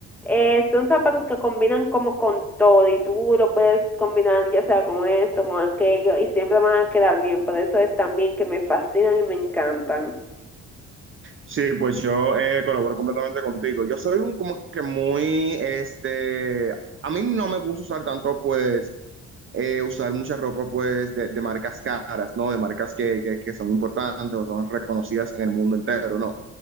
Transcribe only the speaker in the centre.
eh, son zapatos que combinan como con todo y tú lo puedes combinar ya sea con esto, con aquello y siempre van a quedar bien. Por eso es también que me fascinan y me encantan.